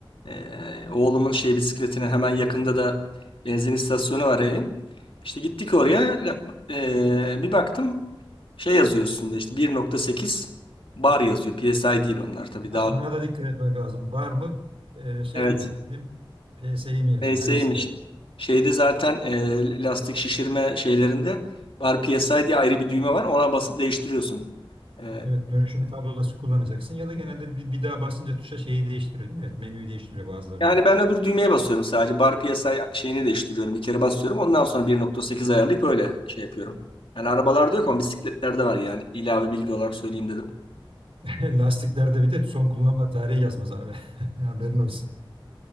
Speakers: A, on the left (about 70°); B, on the right (about 80°).
A: eee, oğlumun şey bisikletine hemen yakında da benzin istasyonu var evin. İşte gittik oraya la- eee, bir baktım şey yazıyor üstünde işte 1.8 bar yazıyor. PSI değil onlar tabii
B: Ha,
A: daha.
B: ona da dikkat etmek lazım. Var mı e, şey
A: Evet.
B: mi değil mi? PS'yi mi yazıyor?
A: PS'ymiş.
B: Hangisini yazıyor?
A: Şeyde zaten e, lastik şişirme şeylerinde bar PSI diye ayrı bir düğme var. Ona basıp değiştiriyorsun. E,
B: Evet dönüşüm tablodası kullanacaksın ya da genelde bir, bir daha basınca tuşa şeyi değiştiriyor değil mi? Evet menüyü değiştiriyor bazılarında.
A: yani ben öbür düğmeye basıyorum sadece. Bar PSI şeyini değiştiriyorum. Bir kere basıyorum. Ondan sonra 1.8 ayarlayıp öyle şey yapıyorum. Yani arabalarda yok ama bisikletlerde var yani. İlave bilgi olarak söyleyeyim dedim.
B: <laughs> Lastiklerde bir de son kullanma tarihi yazmaz abi. <laughs> Haberin olsun.